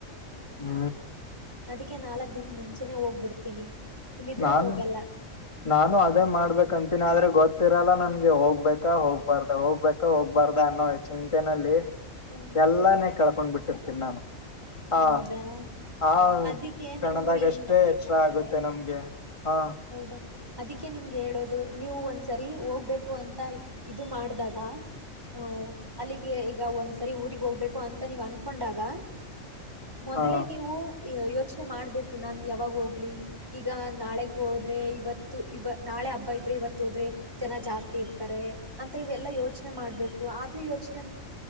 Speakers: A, on the left (about 25°); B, on the right (about 15°).
A: ಹೂ
B: ಅದಕ್ಕೆ ನಾಲ್ಕ್ ದಿನ್ ಮುಂಚೆನೆ ಹೋಗ್ಬಿಡ್ತೀನಿ ಇಲ್ಲಿದ್ರೆ
A: ನಾು
B: ಹೋಗಲ್ಲ
A: ನಾನು ಅದೇ ಮಾಡ್ಬೇಕಂತ ತ್ತಿನಾದ್ರೆ ಗೊತ್ತಿರಲ್ಲ ನನ್ಗೆ ಹೋಗ್ಬೇಕಾ ಹೋಗ್ಬಾರ್ದ ಹೋಗ್ಬೇಕಾ ಹೋಗ್ಬಾರ್ದ ಅನ್ನೋ ಚಿಂತೆನೆಲ್ಲಿ
B: ಹ್ಮ್
A: ಎಲ್ಲಾನೇ ಕಳ್ಕೊಂಡ್ ಬಿಟ್ಟಿರ್ತೀನಿ ನಾನು ಹಾ
B: ಹೌದಾ
A: ಹ
B: ಅದಿಕ್ಕೆ
A: ಕಣದಾಗಷ್ಟೇ
B: ನೀವು ಏನ್ ಮಾಡ್ಬೇಕಂದ್ರೆ
A: ಎಚ್ಚರ ಆಗುತ್ತೆ ನಮ್ಗೆ ಹಾ
B: ಹೌದಾ ಅದಕ್ಕೆ ನಿಮ್ಗೆ ಹೇಳೋದು ನೀವು ಒಂದ್ಸರಿ ಹೋಗ್ಬೇಕು ಅಂತ ಇದು ಮಾಡ್ದಾಗ ಹಓ ಅಲ್ಲಿಗೆ ಈಗ ಒಂದ್ಸರಿ ಊಗ್ ಹೋಗ್ಬೇಕು ಅಂತ ನೀವ್ ಅನ್ಕೊಂಡಾಗ ಮೊದ್ಲೇ
A: ಹಾ
B: ನೀವು ಯೋಚನೆ ಮಾಡ್ಬೇಕು ನಾನ್ ಯಾವಾಗ ಹೋಗ್ಲಿ ಈಗ ನಾಳೆ ಹೋದ್ರೆ ಇವತ್ತು ಇ ನಾಳೆ ಹಬ್ಬ ಇದ್ರೆ ಇವತ್ತು ಹೋದ್ರೆ ಜನ ಜಾಸ್ತಿ ಇರ್ತಾರೆ ಅಂತ ಇವೆಲ್ಲಾ ಯೋಚನೆ ಮಾಡ್ಬೇಕು ಅ ಯೋಚನೆ